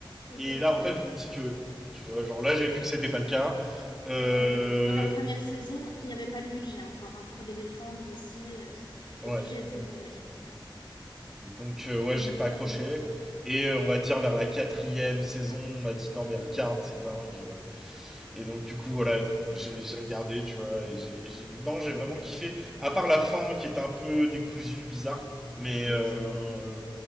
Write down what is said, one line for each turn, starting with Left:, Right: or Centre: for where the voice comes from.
Left: ok.
Centre: Et
Left: Ouais,
Centre: là, en fait, on me dit que non. Tu vois, genre là, j'ai vu que c'était pas le cas. Euh,
Left: ouais, ouais. Moi, la première saison, il n'y avait pas le budget encore. hein, pour les défendre aussi, euh,
Centre: ouais.
Left: le budget était mauvais.
Centre: Donc, euh, ouais,
Left: Mm,
Centre: j'ai pas accroché. Et euh, on va dire vers la quatrième saison, on m'a dit non, mais regarde, c'est dingue. euh. Et donc, du coup, voilà, j'ai j'ai regardé, tu vois. Et j'ai- et j'ai- non, j'ai vraiment kiffé. À part la fin qui était un peu décousue, bizarre. Mais
Left: Oui.
Centre: euh,